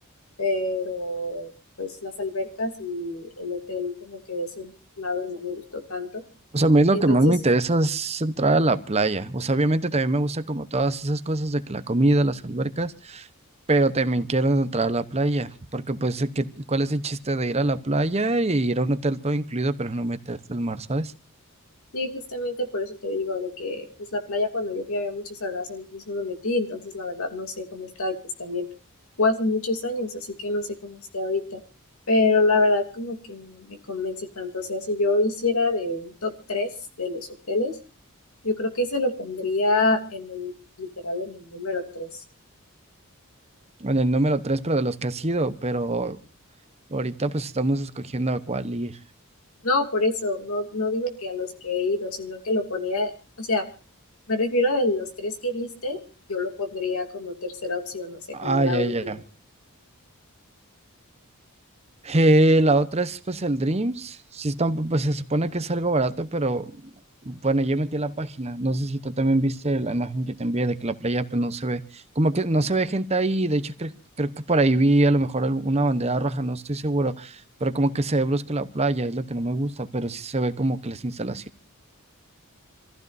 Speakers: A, on the left; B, on the right.
A: pero pues las albercas y el hotel como que de ese lado no me gustó tanto.
B: O sea, a mí lo
A: Entonces,
B: que más me interesa es entrar a la playa. O sea, obviamente también me gusta como todas esas cosas de que la comida, las albercas, pero también quiero entrar a la playa, porque pues, ¿qué- ¿cuál es el chiste de ir a la playa y ir a un hotel todo incluido, pero no meterte al mar, ¿sabes?
A: sí, justamente por eso te digo de que pues la playa cuando yo fui había muchas algas, entonces no me metí, entonces la verdad no sé cómo está y pues también fue hace muchos años, así que no sé cómo esté ahorita. Pero la verdad como que no me convence tanto, o sea, si yo hiciera de un top 3 de los hoteles, yo creo que ese lo pondría en el, literal en el número tres
B: En el número tres, pero de los que has ido, pero ahorita pues estamos escogiendo a cuál ir.
A: No, por eso, no, no digo que a los que he ido, sino que lo ponía, o sea, me refiero de los tres que diste, yo lo pondría como tercera opción, o sea,
B: Ah,
A: como la
B: ya,
A: última.
B: ya. Eh, la otra es pues el Dreams. Sí está, un po- pues se supone que es algo barato, pero bueno, yo metí la página. No sé si tú también viste la imagen que te envié de que la playa pues no se ve, como que no se ve gente ahí. De hecho, creo, creo que por ahí vi a lo mejor algu- una bandera roja, no estoy seguro, pero como que se ve brusca la playa, es lo que no me gusta, pero sí se ve como que las instalaciones